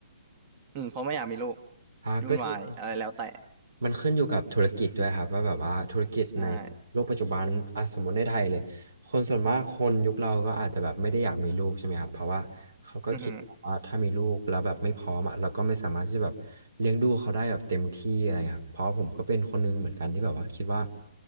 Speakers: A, on the right; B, on the right.
A: อืมเพราะไม่อยากมีลูก
B: อ่าก็จริง
A: ยุ่นวายอะไรแล้วแต่
B: มันขึ้นอยู่กับธุรกิจด้วยครับว่าแบบว่าธุรกิจในโลกปัจจุบันอ่ะสมมติในไทยเลยคนส่วนมากคนยุคเราก็อาจจะแบบไม่ได้อยากมีลูกใช่ไหมครับเพราะว่าเขาก็คิดว่าถ้ามีลูกแล้วแบบไม่พร้อมอ่ะเราก็ไม่สามารถที่จะแบบเลี้ยงดูเขาได้แบบเต็มที่อะไรครับเพราะผมก็เป็นคนหนึงเหมือนกันที่แบบว่าคิดว่า
A: ใช่อือหือ